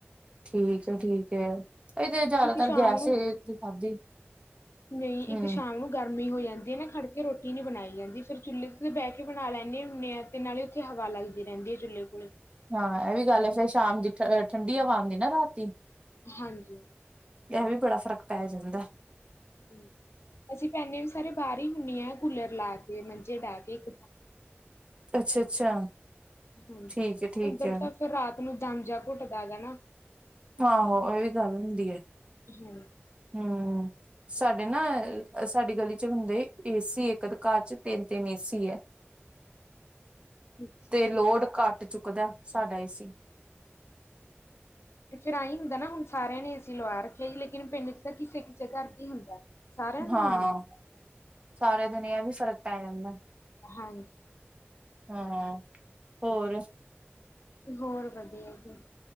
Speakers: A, on the right (about 25°); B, on the left (about 75°).
A: ਠੀਕ ਐ ਠੀਕ ਐ, ਇਹ ਤੇ ਜ਼ਿਆਦਾਤਰ
B: ਇੱਕ ਸ਼ਾਮ
A: ਗੈਸ
B: ਨੂੰ
A: ਦੇ ਖਾਧੀ
B: ਨਹੀਂ
A: ਹੂੰ
B: ਇੱਕ ਸ਼ ਗਰਮੀ ਹੋ ਜਾਂਦੀ ਆ, ਨਾ ਖੜ੍ਹ ਕੇ ਰੋਟੀ ਨੀ ਬਣਾਈ ਜਾਂਦੀ, ਫਿਰ ਚੁੱਲ੍ਹੇ 'ਤੇ ਤਾਂ ਬਹਿ ਕੇ ਬਣਾ ਲੈਂਨੇ ਹੁੰਨੇ ਆ। ਤੇ ਨਾਲ ਹੀ ਉੱਥੇ ਹਵਾ ਲੱਗਦੀ ਰਹਿੰਦੀ ਆ, ਚੁੱਲੇ ਤੇ।
A: ਹਾਂ ਇਹ ਵੀ ਗੱਲ ਐ, ਫੇਰ ਸ਼ਾਮ ਦੀ ਠ ਠੰਡੀ ਹਵਾ ਆਦੀ ਹਾਨਾ ਰਾਤੀ।
B: ਹਾਂਜੀ।
A: ਇਹ ਵੀ ਬੜਾ ਫ਼ਰਕ ਪੈ ਜਾਂਦਾ ਐ।
B: ਹੂੰ, ਅਸੀਂ ਪੈਂਨੇ ਵੀ ਸਾਰੇ ਬਾਹਰ ਹੀ ਹੁੰਨੇ ਆ, ਕੂਲਰ ਲਾ ਕੇ ਮੰਜੇ ਡਾ ਕੇ ਇੱਕ
A: ਅੱਛਾ ਅੱਛਾ
B: ਹੂੰ,
A: ਠੀਕ ਹੈ ਠੀਕ
B: ਅੰਦਰ
A: ਹੈ
B: ਤਾਂ ਫਿਰ ਰਾਤ ਨੂੰ ਦਮ ਜਾ ਘੱਟ ਦਾ ਗਨਾ।
A: ਹਾਂ ਹਾਂ ਇਹ ਵੀ ਗੱਲ ਹੁੰਦੀ ਐ।
B: ਹੂੰ।
A: ਹੂੰ। ਸਾਡੇ ਨਾ ਸਾਡੀ ਗਲੀ 'ਚ ਹੁੰਦੇ, ਏਸੀ ਇੱਕ ਦੇ ਘਰ 'ਚ ਤਿੰਨ ਤਿੰਨ ਏਸੀ ਐ।
B: ਅੱਛਾ
A: ਤੇ ਲੋਡ ਘੱਟ ਚੁੱਕਦਾ ਸਾਡਾ ਏ ਸੀ।
B: ਤੇ ਫੇਰ ਐਈ ਹੁੰਦਾ ਨਾ, ਹੁਣ ਸਾਰਿਆਂ ਨੇ ਏ ਸੀ ਲਵਾ ਰੱਖਿਆ ਜੀ, ਲੇਕਿਨ ਪਿੰਡ 'ਚ ਤਾਂ ਕਿਸੇ ਕਿਸੇ ਘਰ ਦਾ ਹੀ ਹੁੰਦਾ। ਸਾਰਿਆਂ ਦੇ
A: ਹਾਂ,
B: ਨੀ ਹੁੰਦੇ
A: ਸਾਰੇ ਦਿਨ ਇਹ ਵੀ ਫ਼ਰਕ ਪੈ ਜਾਂਦਾ।
B: ਹਾਂਜੀ।
A: ਹਾਂ, ਹੋਰ?
B: ਹੋਰ ਵਧੀਆ ਜੀ।